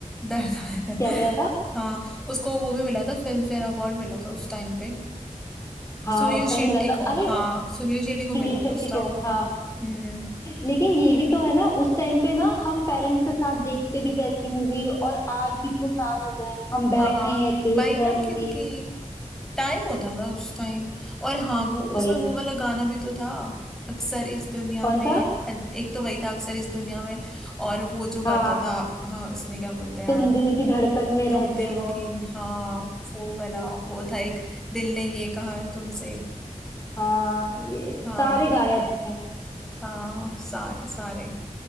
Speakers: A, in the centre; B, on the left.
A: दर्द
B: क्या मिला था
A: <laughs> हाँ उसको वो भी मिला था फिल्म फेयर अवार्ड मिला था उस टाइम पे
B: हाँ
A: सुनील
B: उस टाइम
A: शेट्टी
B: मिला था
A: को
B: अरे
A: हाँ सुनील शेट्टी को
B: सुनील
A: मिला
B: शेट्टी
A: था उस टाइम
B: को
A: पे
B: हाँ
A: हम्म
B: लेकिन ये भी तो है ना उस टाइम पे ना हम पेरेंट्स के साथ देखते भी थे ऐसी मूवी और आज भी इतने साल हो गए हैं, हम बैठे
A: हाँ
B: हैं देख
A: वही
B: रहे
A: ना
B: हैं मूवी
A: क्योंकि टाइम होता था उस टाइम और हाँ वो उसमें
B: वही
A: वो वाला गाना भी तो था अक्सर इस दुनिया
B: कौन
A: में एक
B: सा
A: तो वही था अक्सर इस दुनिया में और वो जो गाता
B: हाँ
A: था हाँ उसमें क्या बोलते हैं
B: तुम दिल की धड़कन में
A: तुम
B: रहते
A: दिल
B: हो
A: की हाँ वो वाला वो था एक दिल ने ये कहा है तुमसे
B: हाँ ये सारे
A: हाँ
B: गाने अच्छे हैं
A: हाँ सारे सारे